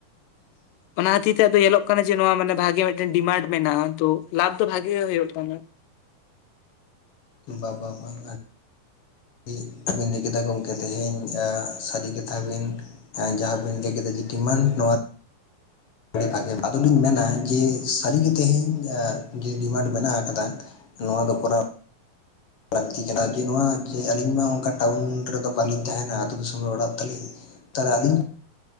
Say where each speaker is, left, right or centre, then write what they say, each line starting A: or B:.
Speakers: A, on the left (about 50°); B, on the left (about 75°).
A: <inaudible>
B: ᱚᱱᱟ ᱠᱷᱚᱛᱤᱨ ᱛᱮ ᱟᱫᱚ ᱧᱮᱞᱚᱜ ᱠᱟᱱᱟ ᱡᱮ ᱱᱚᱣᱟ ᱢᱟᱱᱮ ᱵᱷᱟᱜᱮ ᱢᱤᱫᱴᱟᱝ ᱰᱤᱢᱟᱱᱰ ᱢᱮᱱᱟᱜᱼᱟ ᱛᱚ ᱞᱟᱵᱷ ᱫᱚ ᱵᱷᱟᱜᱮ ᱜᱮ ᱦᱩᱭᱩᱜ ᱠᱟᱱᱟ᱾
A: ᱵᱟᱝ ᱵᱟᱝ ᱤᱧ ᱟᱵᱤᱱ ᱞᱟᱹᱭ ᱠᱮᱫᱟ ᱜᱚᱝᱠᱮ ᱛᱮᱦᱮᱧ ᱥᱟᱹᱨᱤ ᱠᱟᱛᱷᱟ ᱵᱤᱱ ᱡᱟᱦᱟᱸ ᱵᱤᱱ ᱞᱟᱹᱭ ᱠᱮᱫᱟ ᱰᱤᱢᱟᱱᱰ ᱱᱚᱣᱟ ᱵᱷᱟᱜᱮ ᱟᱫᱚᱞᱤᱧ ᱢᱮᱱᱟ ᱡᱮ ᱥᱟᱹᱨᱤᱜᱮ ᱛᱮᱦᱮᱧ ᱡᱮ ᱰᱤᱢᱟᱱᱰ ᱢᱮᱱᱟᱜ ᱟᱠᱟᱫᱟ ᱱᱚᱣᱟ ᱫᱚ ᱠᱚᱨᱟᱣ ᱞᱟᱹᱠᱛᱤ ᱠᱟᱱᱟ ᱡᱮ ᱱᱚᱣᱟ ᱡᱮ ᱟᱹᱞᱤᱧ ᱢᱟ ᱚᱱᱠᱟ ᱴᱟᱣᱩᱱ ᱨᱮᱫᱚ ᱵᱟᱹᱞᱤᱧ ᱛᱟᱦᱮᱱᱟ ᱟᱹᱛᱩ ᱫᱤᱥᱚᱢ ᱨᱮ ᱚᱲᱟᱜ ᱛᱟᱹᱞᱤᱧ᱾ ᱛᱟᱦᱚᱞᱮ ᱟᱹᱞᱤᱧ